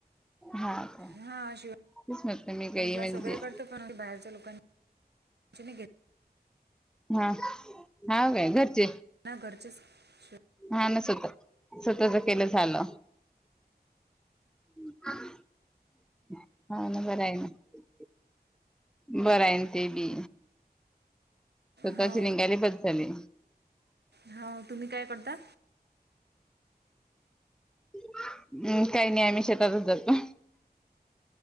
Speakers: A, in the centre; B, on the right.
A: हाव काय?
B: हा शिवण
A: तेच मिळते मी काही हे
B: क्लास
A: म्हणजे
B: वगैरे करतो पण ते बाहेरच्या लोकांचे नाही घेत
A: हा हा काय घरचे?
B: हा घरचेच शिव-
A: हा ना स्वतः स्वतःच केलं झालं. <inaudible> हा ना बरं आहे ना बरं आहे ना ते बी. स्वतःची
B: हो
A: लिंगाली बस झाली.
B: हाव तुम्ही काय कडता?
A: हम्म काही नाही आम्ही शेतातच जातो.